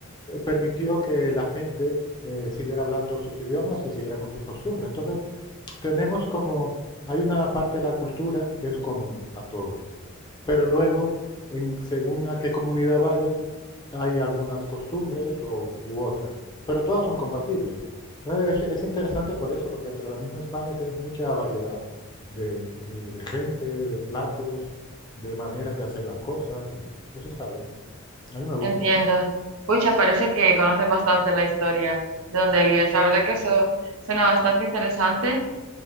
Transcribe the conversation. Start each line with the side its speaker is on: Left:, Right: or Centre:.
Left: eh, permitió que la gente eh, siguiera hablando sus idiomas y siguiera con sus costumbres. Entonces tenemos como, hay una parte de la cultura que es común a todos. Pero luego, en, según a qué comunidad vayas, hay algunas costumbres o, u otras, pero todas son compatibles. Entonces, es, es interesante por eso, porque entre la misma España tienes mucha variedad de, de- de gente, de platos, de maneras de hacer las cosas, y eso está bien. A mí me gusta.
Right: entiendo. Pucha, parece que conoces bastante la historia de donde vives. La verdad que eso suena bastante interesante.